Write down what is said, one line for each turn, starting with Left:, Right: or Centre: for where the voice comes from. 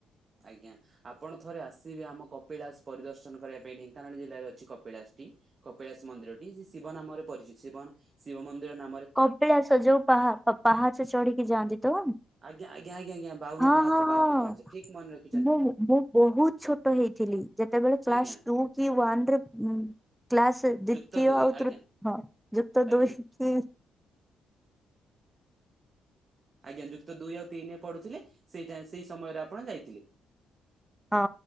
Right: ଆଜ୍ଞା ଆପଣ ଥରେ ଆସିବେ ଆମ କପିଳାସ ପରିଦର୍ଶନ କରିବା ପାଇଁ ଢେଙ୍କାନାଳ ଜିଲ୍ଲାରେ ଅଛି କପିଳାସ। କପିଳାସ ମନ୍ଦିର ଟି ସେ ଶିବ ନାମରେ ପରିଚିତ। ଶିବ ଶିବ ମନ୍ଦିର ନା
Centre: କପିଳାସ ଯୋଉ ପାହା- ପାହାଚ ଚଢିକି ଯାଆନ୍ତି ତ?
Right: ଆଜ୍ଞା ଆଜ୍ଞା ଆଜ୍ଞ ଆଜ୍ଞା ବାଉନ
Centre: ହଁ
Right: ପାଚହ
Centre: ହଁ ହଁ।
Right: ବାଉନୁ ପାହାଚ ଠିକ୍ ମନେରଖି
Centre: ମୁଁ ମୁଁ ବୋହୁତ ଛୋଟ ହେଇଥିଲି ଯେତେବେଳେ କ୍ଲାସ
Right: ଆଜ୍ଞା
Centre: ଟୁ କି ୱାନରେ ଉଁ କ୍ଲାସ ଦ୍ଵିତୀୟ
Right: ଯୁକ୍ତ ଦୁଇ
Centre: ଆଉ
Right: ଆଜ୍ଞା
Centre: ତୃତୀୟ ଯୁକ୍ତ
Right: ଆଜ୍ଞା
Centre: ଦୁଇ କି
Right: ଆଜ୍ଞା ଯୁକ୍ତ ଦୁଇ ଆଉ ତିନି ପଢୁଥିଲେ ସେଇଟା ସେଇ ସମୟରେ ଆପଣ ଯାଇଥିଲେ।
Centre: ହଁ